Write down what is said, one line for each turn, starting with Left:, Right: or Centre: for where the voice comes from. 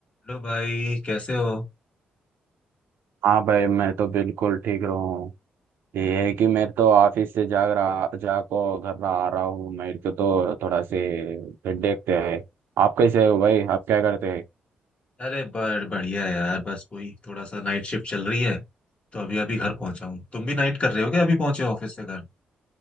Left: Hello भाई कैसे हो
Right: हाँ भाई मैं तो बिल्कुल ठीक रहा हूँ ये है कि मैं तो ऑफिस से जाग रहा जाको घर रहा आ रहा हूँ मेरे को तो थोड़ा से देखते हैं आप कैसे हो भाई आप क्या करते हैं
Left: अरे बड़ बढ़िया यार बस वही थोड़ा सा नाइट शिफ्ट चल रही है तो अभी अभी घर पहुंचा हूँ तुम भी नाइट कर रहे हो क्या अभी पहुंचे हो ऑफिस से घर